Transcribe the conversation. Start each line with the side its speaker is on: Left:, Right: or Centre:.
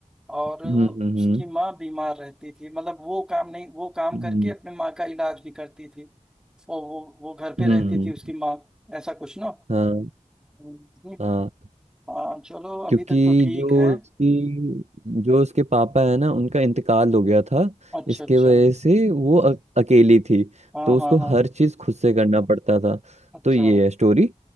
Centre: और
Right: हम्म
Centre: उसकी
Right: हम्म
Centre: माँ बीमार रहती थी मतलब वो काम नहीं वो काम
Right: हम्म
Centre: करके अपने माँ का इलाज भी करती थी और वो वो घर पे
Right: हम्म,
Centre: रहती थी उसकी माँ ऐसा कुछ ना
Right: हाँ
Centre: हम्म,
Right: हाँ
Centre: हाँ चलो अभी
Right: क्योंकि
Centre: तक तो ठीक
Right: जो
Centre: है
Right: उसकी जो उसके पापा है ना उनका इंतकाल हो गया था
Centre: अच्छा
Right: इसके
Centre: अच्छा
Right: वजह से वो अ- अकेली थी
Centre: हाँ
Right: तो
Centre: हाँ
Right: उसको
Centre: हाँ
Right: हर चीज खुद से करना पड़ता था
Centre: अच्छा
Right: तो ये
Centre: हम्म
Right: है स्टोरी